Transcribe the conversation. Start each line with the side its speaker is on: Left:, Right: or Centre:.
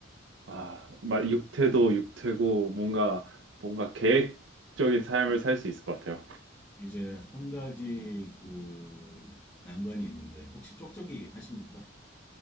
Right: 아, 막 육태도 육태고 뭔가 뭔가 계획적인 삶을 살 수 있을 것 같아요.
Left: 이제 한 가지 그 난관이 있는데, 혹시 쪽쪽이 하십니까?